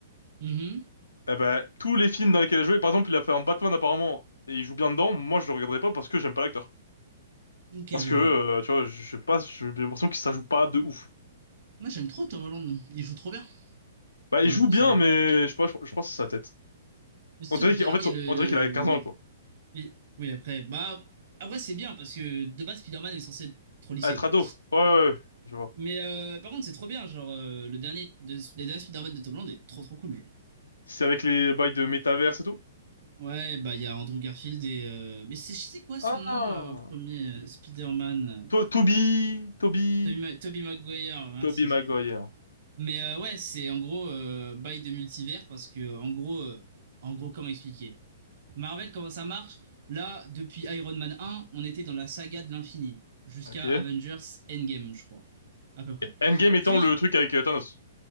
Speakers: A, on the right; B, on the left.
A: Mhm.
B: Eh ben, tous les films dans lesquels il a joué, par exemple, il a fait un Batman apparemment, et il joue bien dedans, moi je le regarderai pas parce que j'aime pas l'acteur.
A: Ok,
B: Parce
A: je
B: que,
A: vois.
B: euh, tu vois, je sais pas, j'ai l'impression que ça joue pas de ouf.
A: Moi, j'aime trop Tom Holland. Il joue trop bien.
B: Bah,
A: Pour
B: il
A: le
B: joue
A: coup,
B: bien,
A: c'est le
B: mais
A: GOAT.
B: je sais pas, je, je crois que c'est sa tête.
A: Mais c'est
B: On dirait
A: tout le dernier,
B: qu'il, en fait,
A: le,
B: on
A: le,
B: dirait qu'il a quinze ans,
A: le-
B: quoi.
A: le- Oui, après, bah... Après, c'est bien, parce que de base, Spider-Man est censé être trop lissé,
B: À être
A: quoi.
B: ado. Ouais, ouais, ouais, je vois.
A: Mais euh, par contre, c'est trop bien, genre, euh, le dernier, de- les derniers Spider-Man de Tom Holland est trop trop cool, genre.
B: C'est avec les bails de métaverse et tout?
A: Ouais, bah il y a Andrew Garfield et euh, mais c'est c'est quoi son
B: Ah!
A: nom euh, au premier euh, Spider-Man,
B: To- Toby, Toby,
A: Toby Tobey Maguire, euh, merci.
B: Toby Maguire.
A: Mais euh, ouais, c'est en gros euh, bail de multivers parce que en gros euh, en gros comment expliquer? Marvel comment ça marche? Là, depuis Iron Man un on était dans la saga de l'infini jusqu'à
B: Ok. Et
A: Avengers Endgame, je crois, à peu près.
B: Endgame étant
A: Puis
B: le truc avec euh, Thanos.